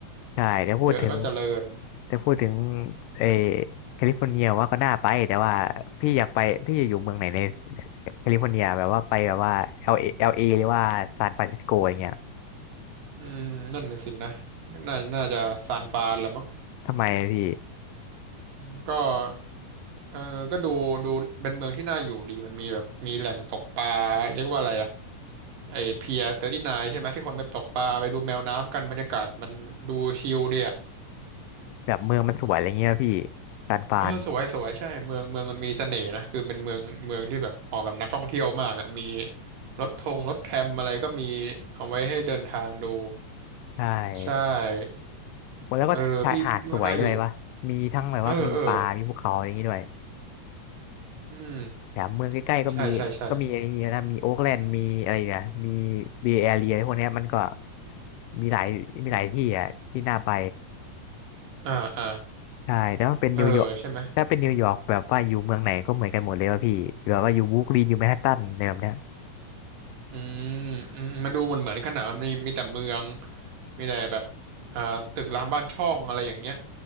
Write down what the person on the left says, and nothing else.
ใช่แต่พูดถึง
แตพูดถึงเออแคลิฟอร์เนียว่าก็น่าไปแต่ว่าพี่อยากไปพี่จะอยู่เมืองไหนในแคลิฟอร์เนียแบบว่าไปแบบว่าเอลเอเอลเอหรือว่าซานฟรานซิสโกอย่างเงี้ย
ทำไมพี่
แบบเมืองมันสวยอะไรเงี้ยพี่ซานฟราน
ใช่
แล้วก็ชายหาดสวยด้วยวะมีทั้งแบบว่ามีป่ามีภูเขาอะไรอย่างงี้ด้วย
แถมเมืองใกล้ๆก็มีก็มีอะไรอย่างเงี้ยนะมีโอ๊คแลนด์มีอะไรเนี่ยมี
เบย์แอเรียพวกเนี้ยมันก็มีหลายมีหลายที่อ่ะที่น่าไป
ใช่แต่ว่าเป็นนิวยอร์กถ้าเป็นนิวยอร์กแบบว่าอยู่เมืองไหนก็เหมือนกันหมดเลยว่าพี่แบบว่าอยู่บรูคลินอยู่แมนฮัตตันอะไรแบบเนี้ย